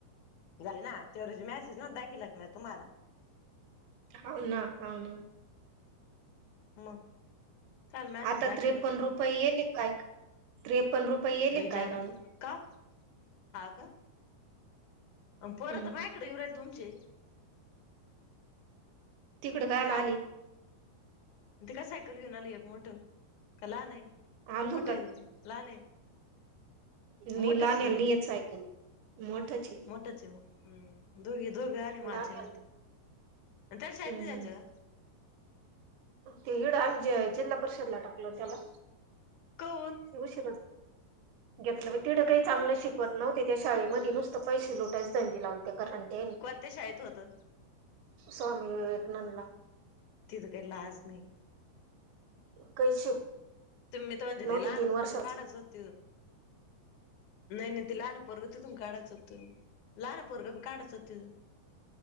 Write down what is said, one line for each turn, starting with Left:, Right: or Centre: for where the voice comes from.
Left: झाली ना त्यावरजी मेसेज ना दाखीवला म्या तुम्हाला
Right: हवना, हवना
Left: मग काल मॅसेज
Right: आता
Left: दाखीवला
Right: त्रेपन्न
Left: असल ना
Right: रुपये येले काय त्रेपन्न रुपये येले
Left: बैजान
Right: काय कानू
Left: का? हाव का अ परत
Right: हम्म
Left: मायकडे येऊ राहिले, तुमचे
Right: तिकड कायला
Left: का
Right: आले?
Left: ओ? ते काय सायकल घेऊन आल एक मोठं, का लहान आहे?
Right: आलो
Left: मोठं
Right: का
Left: आहे, लहान आहे.
Right: नी
Left: मोठाचे
Right: लहान्याला
Left: जणू
Right: नी
Left: बाई,
Right: येत सायकल मोठाची
Left: मोठाचे, हम्म दोघे, दोघे आले
Right: लहान्याला
Left: माजी ना ते त्याला शाळात
Right: हम्म
Left: नाही जायचं?
Right: ते इड आमच्या जिल्हा परिषदला टाकल ना त्याला
Left: का काऊन
Right: उशिरा
Left: <unintelligible>
Right: घेतलं तिडं बि काही चांगलं शिकवत नव्हते, त्या शाळेमध्ये नुसत पैशे लुटायची धंदे लावली. त्या कारण येन.
Left: कोणत्या शाळेत होतं
Right: स्वामी विवेकानंदला
Left: तिथं काही लाज नाही.
Right: काही शिकवत
Left: तुम्ही तर म्हणते
Right: नव्हती
Left: ते लहान
Right: तीन
Left: पोरग
Right: वर्षाची
Left: काढाच होत तिढून नाही, नाही. त लहान पोरग तिथून काढा. लहानपोरगी बी काढायच होत. तिथ